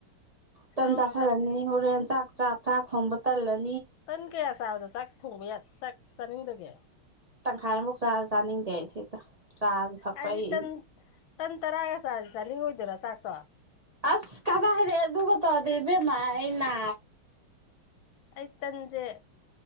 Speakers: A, on the right; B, on the left.
A: ꯇꯟ
B: ꯂꯥꯛꯑꯣ
A: ꯆꯥꯥꯁꯜꯂꯅꯤ
B: ꯅꯆꯥꯅꯨꯄꯤꯗꯣ
A: ꯍꯣꯔꯦꯟ ꯆꯥꯛ ꯊꯥꯛ ꯊꯣꯡꯕ ꯇꯜꯂꯅꯤ
B: ꯇꯟ ꯀꯌꯥ ꯆꯥꯕꯗ ꯆꯥꯛ ꯊꯣꯡꯕ ꯆꯥꯛ ꯆꯥꯅꯤꯡꯗꯒꯦ
A: ꯇꯪꯈꯥꯏꯃꯨꯛ ꯆꯥꯁꯨ ꯆꯥꯅꯤꯡꯗꯦ ꯑꯩꯁꯦꯛꯇ ꯆꯥꯁꯨ ꯊꯛꯄ
B: ꯑꯩꯗꯤ
A: ꯑꯩ
B: ꯇꯟ ꯇꯟ ꯇꯔ ꯍꯥꯏꯒꯁꯁꯅꯤ ꯍꯣꯏꯗꯔ ꯁꯥꯀ
A: ꯑꯁ ꯀꯖ ꯍꯥꯏꯔꯦ ꯑꯗꯨ ꯀ ꯇꯗꯤ ꯦꯃꯥꯏꯅꯥ
B: ꯑꯩ ꯇꯟꯁꯦ